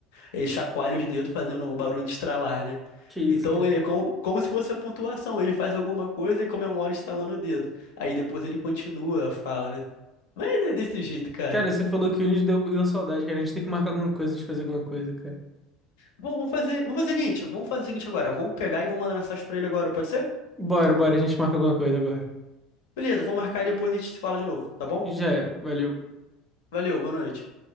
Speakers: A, on the left; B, in the centre.
A: ele chacoalha os dedos fazendo um barulho de estralar, né?
B: Que isso,
A: Então
B: cara.
A: ele é como, como se fosse a pontuação. Ele faz alguma coisa e comemora estralando o dedo. Aí depois ele continua a fala, né? Mas é desse jeito, cara.
B: Cara, você falou que hoje deu, deu saudade, cara. A gente tem que marcar alguma coisa, de fazer alguma coisa, cara.
A: Bom, vamos fazer, vamos fazer o seguinte, vamos fazer o seguinte agora. Vamos pegar e vou mandar mensagem pra ele agora, pode ser?
B: Bora, bora, a gente marca alguma coisa agora.
A: Beleza, vou marcar e depois a gente se fala de novo, tá bom?
B: E já é, valeu.
A: Valeu, boa noite.